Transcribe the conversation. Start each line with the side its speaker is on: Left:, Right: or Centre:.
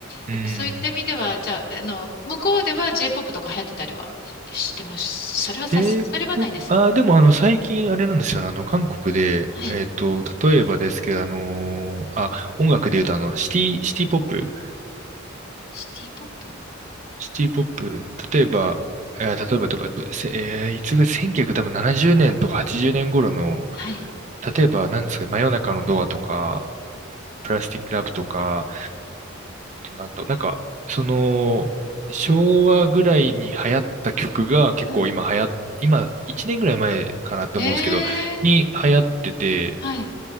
Right: うんうん。
Left: だからそういった意味ではじゃあ、
Right: うん。
Left: あの向こうでは J-POP とか流行ってたりはししてますそれはさすそれはないです。
Right: J-POP、あー、でもあの、最近あれなんですよね。あの、韓国で、
Left: はい。
Right: えっと、例えばですけど、あのーあ、音楽で言うとあの、シティ、シティポップ
Left: シティ・ポップ
Right: シティポップ、例えば、えー例えばとか、せえーいつぐらい、1 9 0多分70年とか80年頃の、
Left: はい。
Right: 例えば、何ですか、真夜中のドアとか、プラスティックラブとか、あとなんと、なんか、その、昭和ぐらいに流行った曲が結構今流行っ、
Left: うん。
Right: 今、1年ぐらい前かなって思うんですけど、
Left: へえ。
Right: に流行ってて、
Left: はい。